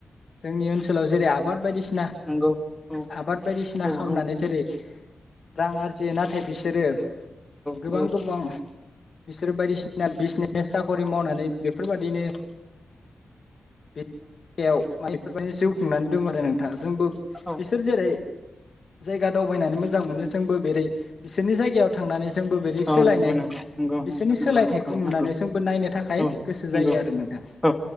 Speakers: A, on the left; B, in the centre.
A: जोंनि ओनसोलाव जेरै आबाद बायदिसि
B: नोंगौ औ
A: आबाद बायदिसिना
B: औ
A: खालामनानै
B: औ
A: जेरै रां आरजि नाथाय बिसोरो गोबां
B: औ
A: गोबां बिसोर बायदिसिना बिजनेसाव खरि मावनानै बेफोरबायदिनो बियाव म बेफोरबायदि जिउ खुंनानै दं आरो नों जोंबो
B: औ
A: बिस एरै जायगा दावबायनानै मोजां मोनो जोंबो बेरै बिसोरनि जायगायाव थांनानै जोंबो बेरै
B: औ
A: सोलायनाय
B: नंगौ नंगौ नंगौ
A: बिसोरनि
B: नंगौ नंगौ
A: सोलायथायखौ
B: नंगौ
A: नुनानै
B: नंगौ
A: जोंबो नायनो थाखाय
B: औ
A: गोसो
B: नंगौ
A: जायो आरो नोंथां
B: औ